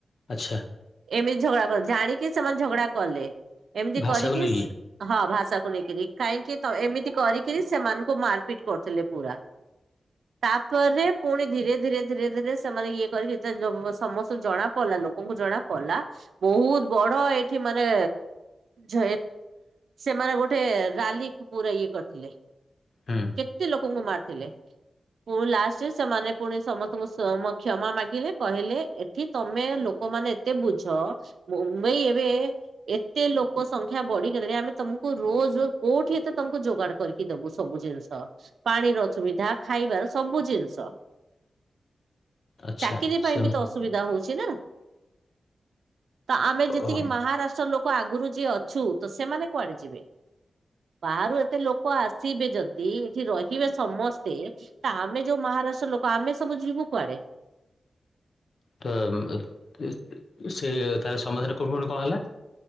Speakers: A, on the left; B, on the right.
A: ଆଚ୍ଛା।
B: ଏମିତି ଝଗଡା କ ଜାଣିକି ସେମାନେ ଝଗଡା କଲେ ଏମିତି
A: ଭାଷାକୁ
B: କରିକି
A: ନେଇକି?
B: ସ୍ ହଁ ଭାଷାକୁ ନେଇକିରି କାହିଁକି ତ ଏମିତି କରିକିରି ସେମାନଙ୍କୁ ମାରପିଟ କରୁଥିଲେ ପୁରା। ତାପରେ ପୁଣି ଧୀରେ ଧୀରେ ଧୀରେ ଧୀରେ ସେମାନେ ଇଏ କରିକି ଯେତଳେ ଲୋ ସମସ୍ତେ ଜଣା ପଡିଲା ଲୋ ଲୋକଙ୍କୁ ଜଣା ପଡିଲା ବୋହୁତ ବଡ ଏଇଠି ମାନେ ଜଏ ସେମାନେ ଗୋଟେ ରାଲିକୁ ପୁରା ଇଏ କରିଥିଲେ।
A: ହୁଁ।
B: କେତେ ଲୋକଙ୍କୁ ମାରଥିଲେ। ପୁଣି ଲାଷ୍ଟରେ ସେମାନେ ପୁଣି ସମସ୍ତଙ୍କୁ ସମ୍ କ୍ଷମା ମାଗିଲେ କହିଲେ ଏଠି ତମେ ଲୋ ଲୋକମାନେ ଏତେ ବୁଝ ମୁମ୍ବାଇ ଏବେ ଏତେ ଲୋକ ସଂଖ୍ୟା ବଢିଗଲେଣି ଆମେ ତମକୁ ରୋଜ ରୋ କୋଉଠି ଏତେ ତମକୁ ଯୋଗାଡ କରିକି ଦୋବୁ ସବୁ ଜିନଷ ପାଣିର ଅସୁୁବିଧା ଖାଇବାର ସବୁ ଜିନଷ।
A: ଆଚ୍ଛା
B: ଚାକିରି ପାଇଁ
A: ସେମିତି
B: ବି ତ ଅସୁବିଧା ହୋଉଛି ନା। ତ ଆମେ ଯେତିକି
A: ଅ
B: ମହାରାଷ୍ଟ୍ର ଲୋକ ଆଗରୁ ଯିଏ ଅଛୁ ତ ସେମାନେ କୁଆଡେ ଯିବେ? ବାହାରୁ ଏତେ ଲୋକ ଆସିବେ ଯଦି ଏଠି ରହିବେ ସମସ୍ତେ ତା ଆମେ ଯୋଉ ମହାରାଷ୍ଟ୍ର ଲୋକ ଆମେ ସବୁ ଯିବୁ କୁଆଡେ?
A: ତ ଉମ୍ ଏ ସେ ତାର ସମାଧାନ କଣ ପୁଣି କଣ ହେଲା?